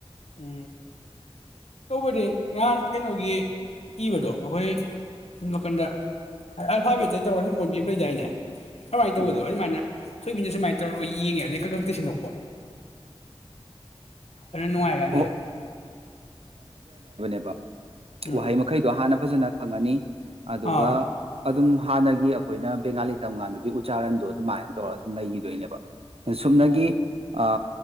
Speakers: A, on the left; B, on the right.
A: ꯎꯝ ꯇꯧꯕꯗꯤ ꯉꯍꯥꯟ ꯀꯩꯅꯣꯒꯤ ꯏꯕꯗꯣ ꯑꯩꯈꯣꯏ ꯁꯝ ꯅꯥꯀꯟꯗ ꯑꯜꯐꯥꯕꯦꯠꯇ ꯇꯧꯔ ꯁꯨꯝ ꯑꯣꯟꯕꯤ ꯑꯃ ꯂꯩꯗꯥꯏꯅꯦ ꯑꯗꯨꯃꯥꯏꯅ ꯇꯧꯕꯗꯣ
B: ꯎꯝ
A: ꯑꯗꯨꯃꯥꯏꯅ ꯊꯣꯏꯕꯤꯟꯗ ꯁꯨꯃꯥꯏꯅ ꯇꯧꯔꯒ ꯌꯦꯡꯉꯦ ꯑꯗꯩ ꯈꯛ ꯈꯛꯇ ꯁꯦꯡꯗꯣꯛꯄ ꯑꯗꯨ ꯍꯥꯏꯔ
B: ꯑꯣ ꯕ
A: ꯎꯝ
B: ꯋꯥꯍꯩ
A: ꯎꯝ
B: ꯃꯈꯩꯗꯣ ꯍꯥꯟꯅ ꯐꯖꯅ ꯐꯪꯉꯅꯤ ꯑꯗꯨꯒ
A: ꯑꯥ
B: ꯑꯗꯨꯝ ꯍꯥꯟꯅꯒꯤ ꯑꯩꯈꯣꯏꯅ ꯕꯦꯡꯒꯥꯂꯤ ꯇꯝꯀꯥꯟꯗꯨꯒꯤ ꯎꯆꯥꯥꯔꯟꯗꯣ ꯑꯗꯨꯃꯥꯏꯅ ꯇꯧꯔꯒ ꯑꯗꯨꯝ ꯂꯩꯈꯤꯗꯣꯏꯅꯦꯕ ꯁꯨꯞꯅꯒꯤ
A: ꯑꯣ
B: ꯑ